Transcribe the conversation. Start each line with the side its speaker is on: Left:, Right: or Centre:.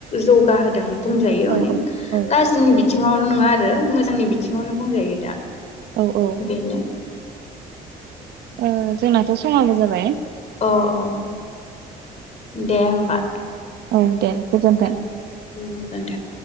Left: जौगा हो दों। बुंजायो
Right: औ
Left: माने
Right: औ औ
Left: गाज्रिनि बि थिङाव नङा आरो मोजांनि बिथिङावनो बुंजायो दा।
Right: औ औ
Left: बेनो।
Right: ओ जोंनाथ' समाबो जाबाय।
Left: औ औ। दे होमबा
Right: औ दे गोजोन्थों।
Left: ओ। गोजोन्थों।